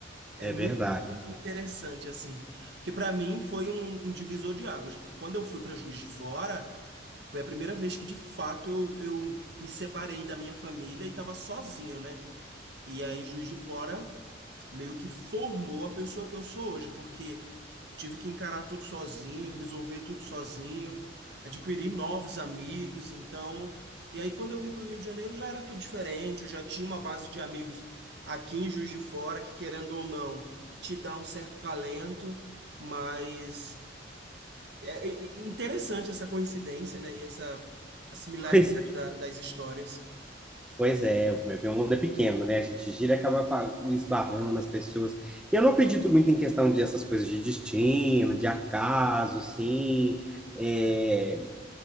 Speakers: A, on the right; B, in the centre.
A: É
B: É
A: muito
B: verdade.
A: in- in- interessante, assim. Porque para mim foi um, um divisor de águas. Porque quando eu fui para Juiz de Fora, foi a primeira vez que de fato eu, eu me separei da minha família e estava sozinho, né? E aí, Juiz de Fora meio que formou a pessoa que eu sou hoje, porque eu tive que encarar tudo sozinho, resolver tudo sozinho, adquirir novos amigos, então, e aí quando eu vim para o Rio de Janeiro já era tudo diferente, eu já tinha uma base de amigos aqui em Juiz de Fora que querendo ou não te dá um certo calento, mas é é- é interessante essa coincidência, né, e essa a similaridade
B: Pois,
A: da- das histórias.
B: pois é, o meu mundo é pequeno, né? A gente gira e acaba pa- esbarrando nas pessoas. E eu não acredito muito em questão de essas coisas de destino, de acaso, assim. É,